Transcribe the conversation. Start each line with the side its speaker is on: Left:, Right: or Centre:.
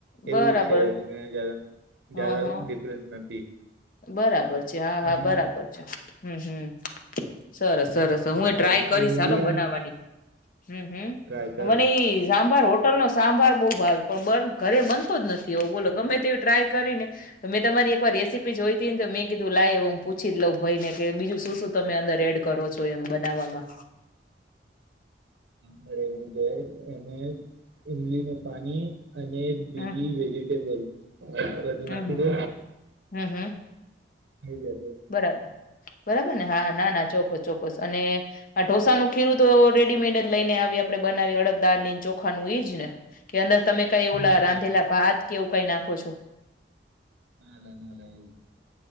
Right: એવું
Left: બરાબર
Right: જ છે રે જયાદા
Left: હ
Right: જયાદા
Left: હ
Right: ડિફરન્સ નથી.
Left: બરાબર. છે હા હા
Right: અને
Left: બરાબર છે. હમ્મ હમ્મ. સરસ સરસ હું
Right: હા
Left: એય ટ્રાય કરીશ
Right: ઇમલી
Left: હાલો બનાવાની. હમ્મ હમ્મ
Right: ટ્રાય કરો
Left: મને એઈ સાંભાર હોટલ નો સાંભાર બહુ ભાવે પણ બ ઘરે બનતો જ નથી એવો બોલો ગમે તેવી ટ્રાય કરીને મેં તમારી એકવાર રેસી પી જોઈતીને તો મેં કીધું લાય એ હું પૂછી લઉં ભઈ ને કે બીજું શું શું તમે અંદર એડ કરો છો એમ બનાવવામાં?
Right: કે એવું જાય એને ઈમલીનું પાણી અને બીજી
Left: હમ
Right: વેજીિટેબલ. આદું બાદુ
Left: હમ
Right: નાખી
Left: હમ
Right: દો.
Left: હમ હમ
Right: થઈ જશે.
Left: બરાબર બરાબર ને હા ના ના ચોક્ક ચોક્કસ અને આ ઢોસાનું ખીરું તો રેડીમેડ જ લઈ ને આવી આપડણે બનાવી અડદદાળ ઈની ચોખાનું ઈજ ને? કે અંદર તમે કઈ ઓલા
Right: હા
Left: રાંધેલા
Right: હા
Left: ભાત કે એવું કંઈ નાખો છો?
Right: નાલા નાલા એવું